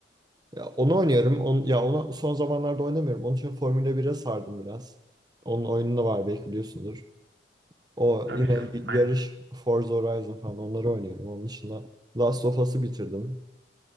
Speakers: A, on the right; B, on the right.
A: Ya onu oynuyorum. On, ya onu son zamanlarda oynamıyorum. Onun için Formula 1'e sardım biraz. Onun oyunu da var belki biliyorsundur. O
B: Tabii
A: yine
B: canım
A: y-
B: aynen.
A: yarış Forza Horizon falan onları oynuyorum. Onun dışında Last of Us'ı bitirdim.